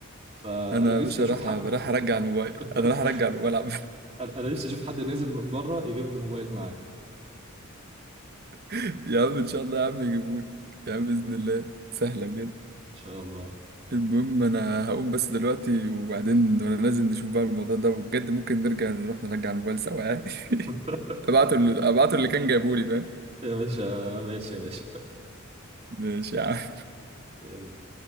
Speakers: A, on the right (about 30°); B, on the right (about 50°).
A: فانا
B: انا
A: نفسي
B: يا باشا
A: اشوف
B: راح
A: حد
B: راح ارجع الموبايل
A: <laughs>
B: انا راح ارجع الموبايل عم.
A: انا أنا نفسي اشوف حد نازل من بره يجيب لي موبايل معاه
B: <laughs> يا عم ان شاء الله يا عم يجيبهولك يا عم باذن الله سهله بجد
A: ان شاء الله
B: المهم انا هقوم بس دلوقتي وبعدين وانا نازل نشوف بقى الموضوع ده وبجد ممكن نرجع نروح نرجع الموبايل سوا يعني <laughs>
A: <laughs>
B: ابعته ال- ابعته اللي كان جايبه لي فاهم
A: يا باشا ماشي يا باشا
B: ماشي يا عم
A: يلا